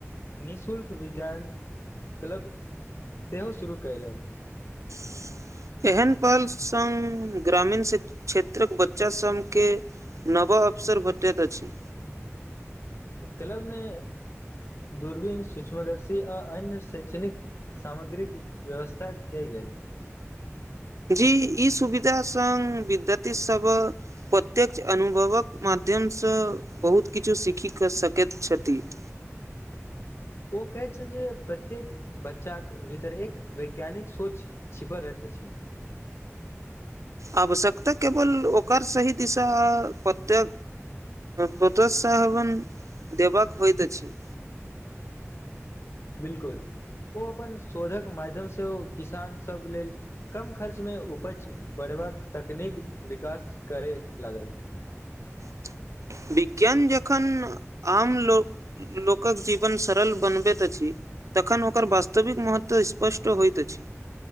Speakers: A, on the left (about 55°); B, on the right (about 85°).
A: निःशुल्क विज्ञान क्लब सेहो शुरू कयलक
B: <inaudible> एहन पल स ग्रामीण क्षेत्रक बच्चा सभके नव अवसर बढ़त अछि
A: क्लबमे दूरबीन सूक्ष्मदर्शी आ अन्य शैक्षणिक सामग्रीक व्यवस्था के गेल
B: जी ई सुविधा सङ्ग विद्यार्थीसभ प्रत्यक्ष अनुभवक माध्यमसँ बहुत किछु सीखि सकैत छथि <inaudible>
A: ओ कहै छै जे प्रत्येक बच्चाक भीतर एक वैज्ञानिक सोच छिपल रहत द छी
B: आवश्यकता केवल ओकर सही दिशा पत्य प्रोत्साहान देबाक होत छै
A: बिलकुल ओ अपन शोधक माध्यम से ओ किसान सब लेल कम खर्च मे उपैज बढ़ै तकनीक विकास करय लागल
B: <inaudible> विज्ञान जखन आम लोकक जीवन सरल बनबैत अछि तखन ओकर वास्तविक महत्व स्पष्ट होइत अछि